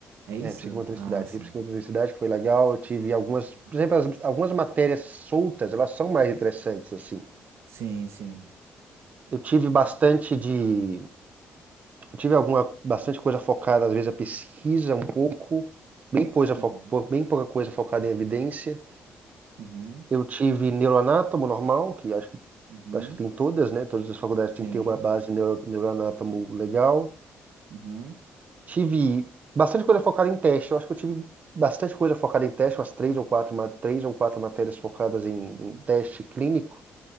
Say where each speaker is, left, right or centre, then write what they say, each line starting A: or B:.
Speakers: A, on the right; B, on the right.
A: É isso?
B: É, psicomotricidade.
A: Ah, sim.
B: E psicomotricidade que foi legal. Eu tive algumas,
A: Uhum.
B: por exemplo, as- algumas matérias soltas, elas são mais interessantes assim.
A: Sim, sim.
B: Eu tive bastante de, eu tive alguma bastante coisa focada às vezes a pesquisa um pouco, bem coisa
A: Uhum,
B: fo- pou- bem pouca coisa focada em evidência.
A: uhum,
B: Eu tive neuroanátomo normal, que acho que
A: uhum,
B: acho que tem todas, né? Todas as faculdades
A: sim,
B: têm que ter uma base neuro, neuroanátomo legal.
A: uhum,
B: Tive bastante coisa focada em teste. Eu acho que eu tive bastante coisa focada em teste, umas três ou quatro, ma- três ou quatro matérias focadas em,
A: uhum.
B: em teste clínico,